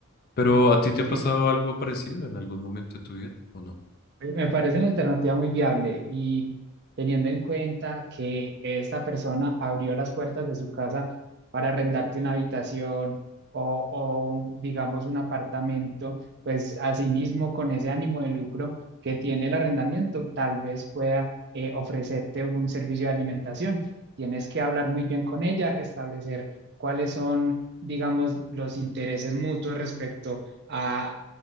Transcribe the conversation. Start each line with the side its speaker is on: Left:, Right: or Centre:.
Left: ¿Pero a ti te
Right: ¿sí?
Left: ha pasado algo parecido en algún momento de tu vida o no?
Right: Me me parece una alternativa muy viable y teniendo en cuenta que esta persona abrió las puertas de su casa para arrendarte una habitación o, o, digamos un apartamento, pues asimismo con ese ánimo de lucro que tiene el arrendamiento, tal vez pueda eh, ofrecerte un servicio de alimentación. Tienes que hablar muy bien con ella, establecer cuáles son, digamos, los intereses mutuos respecto a